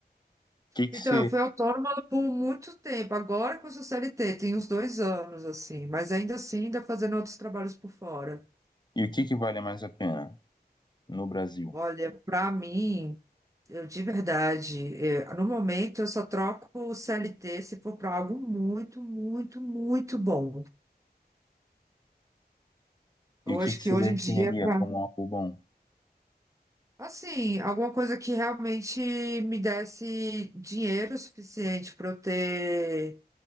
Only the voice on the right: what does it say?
Então,
eu fui autônoma por muito tempo. Agora com o CLT, tem uns dois anos, assim. Mas ainda assim, ainda fazendo outros trabalhos por fora.
Olha, para mim, eu de verdade, eh, no momento, eu só troco o CLT se for para algo muito, muito, muito bom. Eu
acho
que
hoje
em dia, pra,
assim, alguma coisa que realmente me desse dinheiro suficiente para eu ter